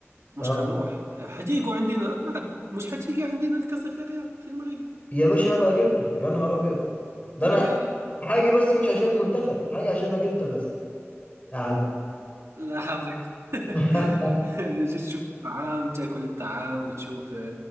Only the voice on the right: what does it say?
مش
حنروح حتيجوا عندنا آه، مش حتيجي عندنا الكاس افريقيا في المغرب
السنة
الجاية
لا حافظك <laughs>
جيت تشوف الطعام تاكل الطعام وتشوف